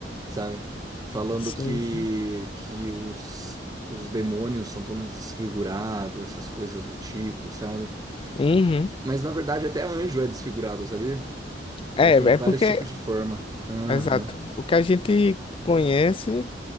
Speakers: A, on the right (about 20°); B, on the left (about 30°).
A: sabe? Falando
B: Sim,
A: que,
B: sim.
A: que os, os demônios são todos desfigurados, essas coisas do tipo, sabe?
B: Uhum.
A: Mas na verdade até anjo é desfigurado, sabia? Ele
B: É,
A: tem vários
B: é porque,
A: tipos de forma. Aham.
B: exato, o que a gente conhece,